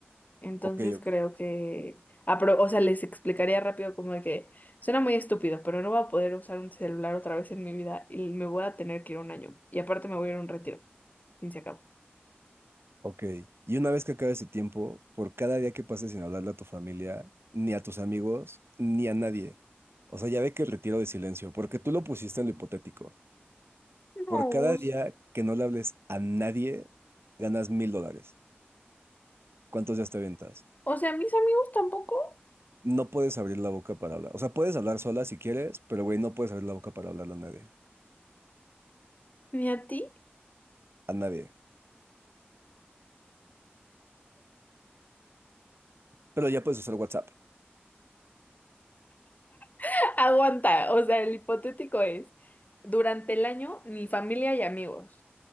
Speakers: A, on the left (about 40°); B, on the right (about 80°).
A: Entonces
B: ok, ok.
A: creo que, ah, pero, o sea, les explicaría rápido como de que suena muy estúpido, pero no voy a poder usar un celular otra vez en mi vida y me voy a tener que ir un año. Y aparte me voy a ir a un retiro. Fin se acabó.
B: Ok, y una vez que acabe ese tiempo, por cada día que pases sin hablarle a tu familia, ni a tus amigos, ni a nadie. O sea, ya ve que el retiro de silencio, porque tú lo pusiste en lo hipotético. Por
A: No,
B: cada
A: Gus.
B: día que no le hables a nadie, ganas mil dólares. ¿Cuántos días te aventas?
A: O sea, mis amigos tampoco,
B: No puedes abrir la boca para hablar. O sea, puedes hablar sola si quieres, pero güey, no puedes abrir la boca para hablarle a nadie.
A: ni a ti.
B: A nadie. Pero ya puedes usar WhatsApp.
A: <laughs> Aguanta, o sea, el hipotético es, durante el año, ni familia y amigos.